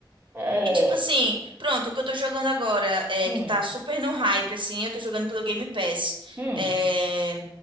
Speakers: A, on the right; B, on the right.
A: É,
B: E tipo assim, pronto, o que eu tô jogando agora é
A: hum,
B: que tá super no hype, assim, eu tô jogando pelo Game Pass.
A: hum,
B: É,